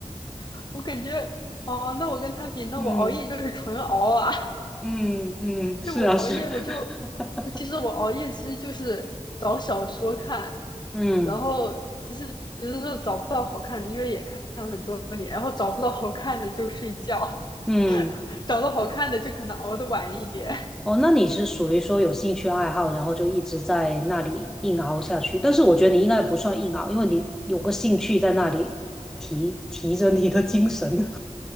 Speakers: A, on the left; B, in the centre.
A: <laughs> 我感觉，哦，那我跟他比，那我熬夜就是纯熬啊。
B: 嗯嗯嗯，是啊是，
A: 就我熬夜，
B: <laughs>
A: 我就我其实我熬夜其实就是找小说看，
B: 嗯
A: 然后其实有的时候找不到好看的，因为也看了很多年，然后找不到好看的就睡觉，
B: 嗯，
A: <laughs> 找到好看的就可能熬得晚一点，
B: 哦，那你是属于说有兴趣爱好，然后就一直在那里硬熬下去。但是我觉得你应该不算硬熬，因为你有个兴趣在那里提提着你的精神。